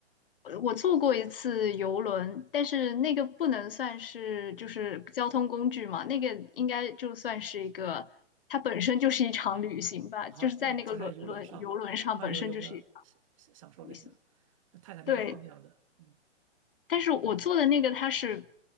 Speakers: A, on the left; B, on the right.
A: 呃我坐过一次游轮，但是那个不能算是就是交通工具嘛，那个应该就算是一个，它本身就是一场旅行吧，
B: 啊，
A: 就是在那个轮轮游轮上本身就是一场
B: 对，在游轮上慢悠悠的享享受那个
A: 旅行。
B: 像泰坦尼克号那样的，
A: 对，
B: 嗯。
A: 但是我做的那个它是